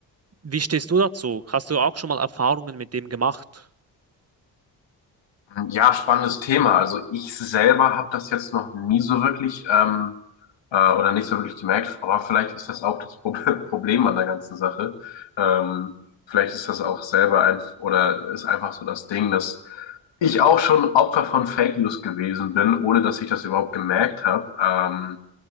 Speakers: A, on the right; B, on the left.
A: Wie stehst du dazu? Hast du auch schon mal Erfahrungen mit dem gemacht?
B: Ja, spannendes Thema. Also ich selber habe das jetzt noch nie so wirklich ähm, äh, oder nicht so wirklich gemerkt, aber vielleicht ist das auch das Pro <laughs> Problem an der ganzen Sache. Ähm, vielleicht ist das auch selber ein oder ist einfach so das Ding, dass ich auch schon Opfer von Fake News gewesen bin, ohne dass ich das überhaupt gemerkt habe. Ähm,